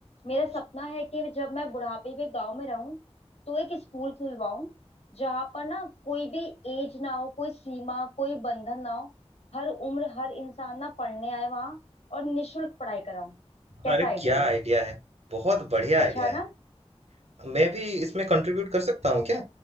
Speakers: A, on the left (about 70°); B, on the right (about 75°).
A: मेरा
B: अच्छा
A: सपना है कि जब मैं बुढ़ापे में गांव में रहूं तो एक स्कूल खुलवाऊं जहां पर ना कोई भी एज ना हो कोई सीमा कोई बंधन ना हो हर उम्र हर इंसान ना पढ़ने आए वहां और निशुल्क पढ़ाई कराऊं कैसा
B: अरे क्या
A: आइडिया ये
B: आइडिया है बहुत बढ़िया
A: अच्छा
B: आइडिया
A: है
B: है
A: ना
B: मैं भी इसमें कंट्रीब्यूट कर सकता हूँ क्या